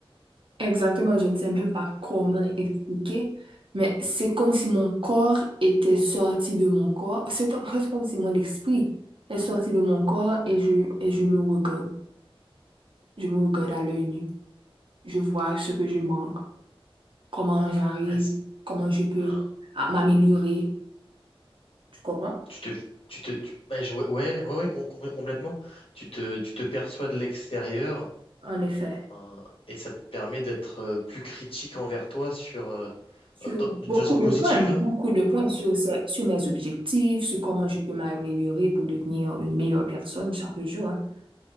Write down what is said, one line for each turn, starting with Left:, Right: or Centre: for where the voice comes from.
Right: Exactement, je ne sais même pas comment expliquer, mais c'est comme si mon corps était sorti de mon corps. C'est c'est comme si mon esprit est sorti de mon corps et je, et je me regarde. Je me regarde à l'œil nu. Je vois ce que je manque, comment j'arrive,
Left: Ah, c'est-
Right: comment je peux
Left: ah.
Right: ah, m'améliorer. Tu comprends?
Left: Tu te, tu te, tu- bah, je- ouais, ouais, ouais, ouais, com- com- complètement. Tu te, tu te perçois de l'extérieur,
Right: En effet.
Left: hein, et ça te permet d'être euh, plus critique envers toi sur, euh,
Right: sur
Left: euh, dans- d'une
Right: beaucoup
Left: façon
Right: de
Left: positive,
Right: points,
Left: hein.
Right: beaucoup de points sur, ce- sur mes objectifs, sur comment je peux m'améliorer pour devenir une meilleure personne chaque jour, hein,